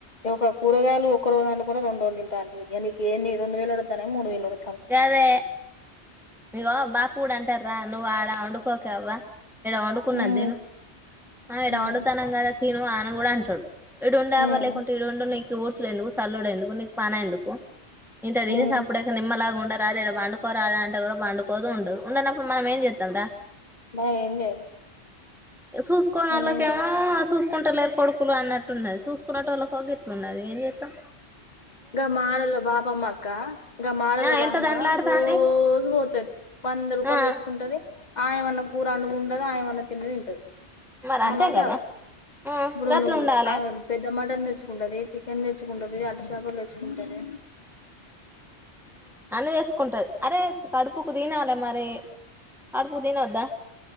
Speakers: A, on the left; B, in the centre.
A: ఒక కూరగాయలు ఒక రోజు అడు కూడా రెండు రజులు తింటోంట్వి ఇక ఎంది రెండు వేలు అడుగుతా మూడు వేల అడు
B: గదే ఇవో బాపూ కూడా అంటారా నువ్వు ఆడా వండుకోకే కవ్వ ఇడ వండుకున్న
A: హ్మ్
B: దీను ఆ ఇడ
A: హ్మ్
B: వండుతాన్నాం కదా తీను ఆన కూడా అంటాడు ఈడుండే
A: హ్మ్
B: అవ్వ లేకుంటే ఏడుండి నికు ఈ ఉడుసుడు ఎందుకు ఈ సల్లోడు ఎందుకు నీకు పని ఎందుకు ఇంత తిని
A: హ్మ్
B: సప్పుడు చేయక నిమ్మలంగా ఉండక కాదు ఈడ పండుకోరాదే అంటే ఇక్కడ కూడా పండుకోదు ఉండదు ఉండనప్పుడు మనం ఏం చేస్తాంరా
A: మనం ఏం చేయాలె
B: చూసుకోని వాళ్ళకి
A: ఏం లేదు
B: ఏమో చూసు కొకుంటలేరు కొడుకులు అన్నట్టున్నది చూసుకున్నట్టు వాళ్ళకి ఇట్లు ఉన్నది ఏం చేస్తాం
A: గ మాలోల బాబామ్మా అక్క గ మాలోల
B: ఆ
A: బామ్మా
B: ఎంత దండ్లాడుతాంది
A: రోజు పోతుది వంద రూపాయలు
B: ఆ
A: తెచ్చుకుంటది ఆయమన్న కూర అండుకుంటది ఆయమన్నా తిండి తింటది
B: మరి అంతే
A: అవునా
B: కదా
A: కాదా
B: ఆ
A: ఇప్పుడు
B: గట్ల
A: నువ్వు
B: ఉండాలే
A: ఆమె పెద్ద మటన్ తెచ్చుకుంటది చికెన్ తెచ్చుకుంటుది అ చాపలు తేచ్చుకుంటది
B: అన్ని తెచ్చుకుంటది అరే కడుపుకు తినాల మరి రీ కడుపుకు తినొద్దా